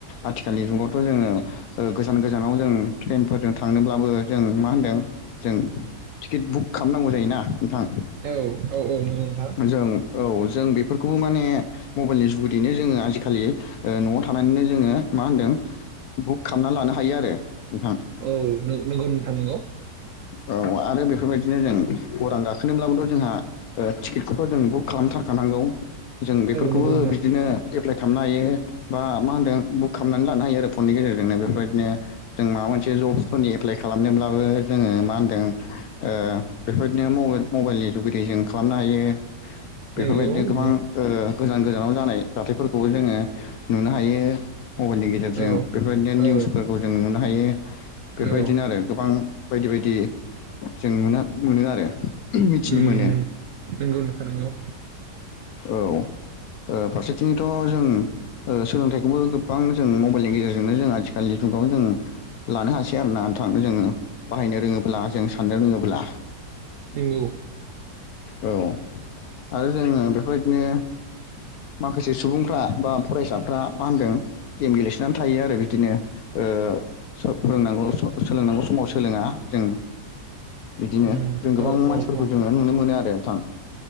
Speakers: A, on the left; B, on the right.
A: आथिखालनि जुगावथ' जोङो गोजान गोजानाव जों ट्रेनफोरजों थांनोब्लाबो जों मा होन्दों जों टिकेट बुक खालामनांगौ जायोना? नोंथां
B: औ औ औ नंगौ नोंथां
A: जों औ जों बेफोरखौबो माने मबाइलनि जुगिदिैनो जोङो आजिखालि ओ न'आव थानानैनो जोङो मा होन्दों? बुक खालामनानै लानो हायो आरो नोंथां
B: औ नोगौ नोंथां नंगौ।
A: औ आरो बेफोरबायदिनो जों उरां गाखोनोबब्लाबोथ' जोंहा टिकेटखौथ' जों बुक खालामथारखा नांगौ। जों बेफोरखौबो
B: नंगौ नोंथां
A: बिदिनो एप्लाइ खालामनो हायो बा मा होनदों बुक खालामनानै लानो हायो आरो फननि गेजेरजोंनो बेफोरबायदिनो जों माबा मोनसे जब्सफोरनि एप्लाइ खालामनोब्लाबो जोङो मा होनदों ओ बेफोरबायदिनो म मबाइलनि ज गिदै जों खालामनो हायो बेफोरबायदिनो
B: नंगौ
A: गोबां
B: नंगौ
A: जानाव जानाय जाथायफोरखौ जोङो नुनो हायो। मबाइलनि गेजेरजों
B: औ
A: बेफोरबायदिनो निउसफोरखौ
B: औ
A: जों नुनो हायो। बेबायदिनो
B: औ
A: आरो गोबां बायदि बायदि जों नु मोनो आरो मिथिनो
B: उम
A: मोनो
B: नों-नंगौ नोंथां नोंगौ।
A: औ ओ फारसेथिं थ जों ओ सोलोंथाइखौबो गोबां जों मबाइलनि गेजेरजोंनो जों आथिखलिनि जुगाव जों लानो हासै आरोना? थानो जोङो बाहायनो रोङोब्ला जों साननो रोङोब्ला
B: नोंगौ।
A: औ आरो जोङो बेफोरबायदिनो माखासे सुबुंफ्रा बा फरायसाफ्रा मा होनदों गेम गेलेसोनानै थायो आरो बिदिनो ओ फोरोंनांगौ सोलोंनांगौ समाव सोलोंङा जों बिदिनो
B: उम
A: जों गोबां
B: औ
A: मानसिफोरखौ
B: औ
A: जोङो नुनो मोनो आरो नोंथां।